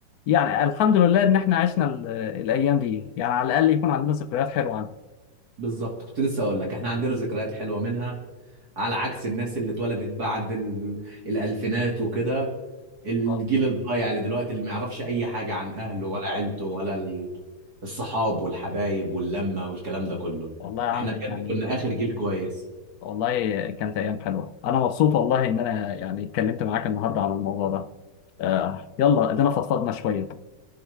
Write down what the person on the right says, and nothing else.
بالظبط كنت لسه اقول لك احنا عندنا ذكريات حلوه منها على عكس الناس اللي اتولدت بعد ال... الالفينات وكده الجيل
الضايع اللي دلوقتي اللي ما يعرفش اي حاجه عن اهله ولا عيلته ولا ال- الصحاب والحبايب واللمه والكلام ده كله
احنا بجد
كنا اخر جيل كويس